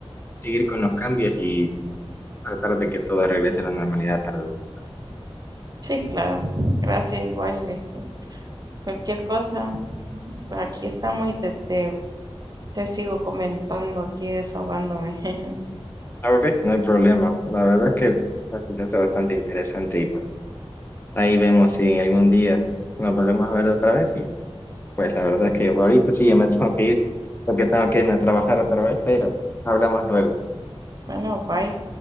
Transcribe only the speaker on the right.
Sí, claro. Gracias, igual, este, cualquier cosa, pues aquí estamos y te, te Te sigo comentando aquí, desahogándome. <laughs>
Bueno, bye.